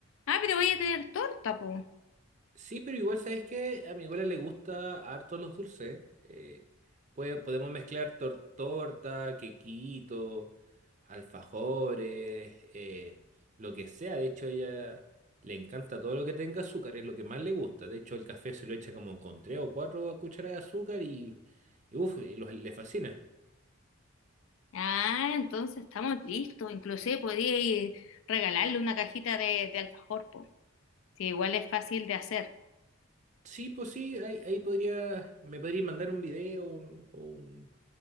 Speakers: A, on the left; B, on the right.
A: Ah, pero voy a tener torta, po.
B: Sí, pero igual sabes que a mi abuela le gusta harto los dulces. Eh, puede- podemos mezclar tor- torta, quequito, alfajores, eh, lo que sea. De hecho, ella le encanta todo lo que tenga azúcar, es lo que más le gusta. De hecho, el café se lo echa como con tres o cuatro cucharadas de azúcar y, y uf, y los- le fascina.
A: Ah, entonces estamos listos. Inclusive podía ir regalarle una cajita de, de alfajor, po. Sí, igual es fácil de hacer.
B: Sí, pues sí, ahí, ahí podría, me podría mandar un video un- o un-